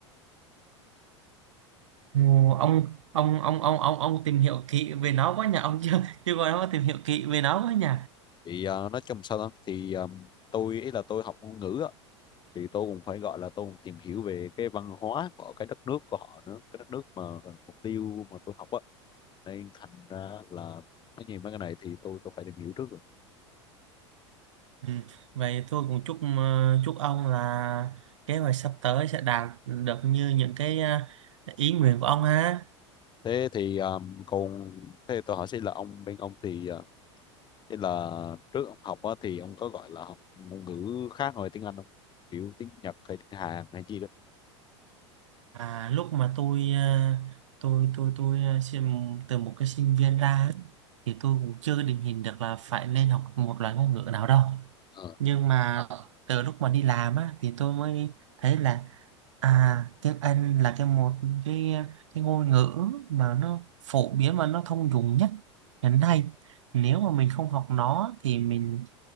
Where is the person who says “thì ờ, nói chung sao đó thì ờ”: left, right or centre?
Left